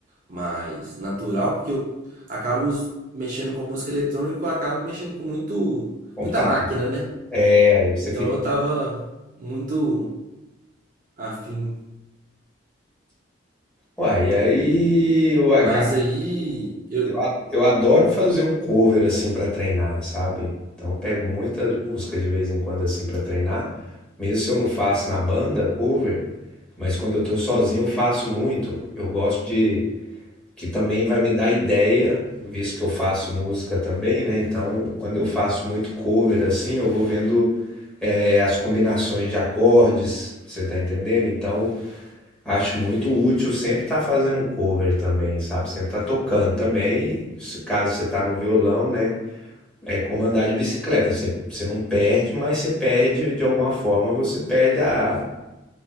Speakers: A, on the right; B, in the centre.
A: mais natural, porque eu acabo us- mexendo com música eletrônica, eu acabo mexendo com muito,
B: Computador.
A: muita máquina, né?
B: É, aí você
A: Então
B: fica
A: eu tava muito afim.
B: Uai, e aí, uai,
A: Mas
B: cara,
A: aí eu,
B: eu, a- eu adoro fazer um cover assim pra treinar, sabe? Então eu pego muitas músicas de vez em quando assim pra treinar, mesmo se eu não faço na banda cover, mas quando eu tô sozinho eu faço muito. Eu gosto de que também vai me dar ideia, visto que eu faço música também, né? Então, quando eu faço muito cover assim, eu vou vendo eh, as combinações de acordes, você tá entendendo? Então, Acho muito útil sempre estar fazendo um cover também, sabe? Sempre estar tocando também. se- Caso você tá no violão, né? É como andar de bicicleta. Você, você não perde, mas você perde de alguma forma, você perde a,